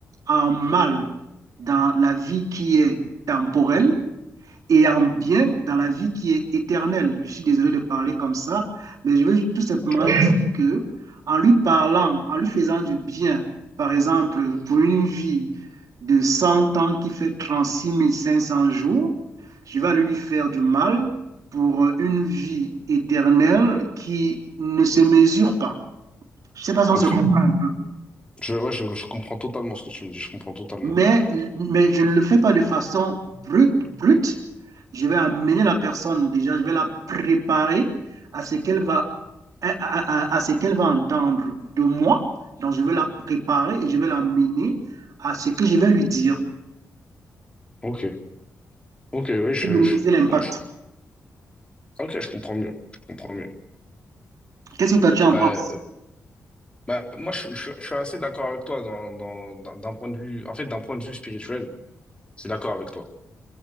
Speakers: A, on the right; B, on the left.
A: en mal dans la vie qui est temporelle et en bien dans la vie qui est éternelle. Je suis désolé de parler comme ça, mais je veux tout simplement
B: Ok, toi?
A: dire que en lui parlant, en lui faisant du bien, par exemple, pour une vie de 100 ans qui fait trente-six mille cinq cents jours, je vais aller lui faire du mal pour une vie éternelle qui ne se mesure pas. Je sais pas si on
B: Ok.
A: se comprend un peu.
B: Je, ouais, je, je comprends totalement ce que tu me dis, je comprends totalement.
A: Mais, mais je ne le fais pas de façon brute, brute. Je vais amener la personne déjà, je vais la préparer à ce qu'elle va, à, à- à ce qu'elle va entendre de moi. Donc, je vais la préparer et je vais l'amener à ce que je vais lui dire
B: Ok. Ok, oui, je,
A: pour minimiser
B: je-
A: l'impact.
B: bon, je- ok, je comprends mieux. Je comprends mieux.
A: Qu'est-ce que toi tu en
B: Bah,
A: penses?
B: euh, bah, moi, je, je- je suis assez d'accord avec toi dans, dans, d'un d'un point de vue, en fait, d'un point de vue spirituel, je suis d'accord avec toi.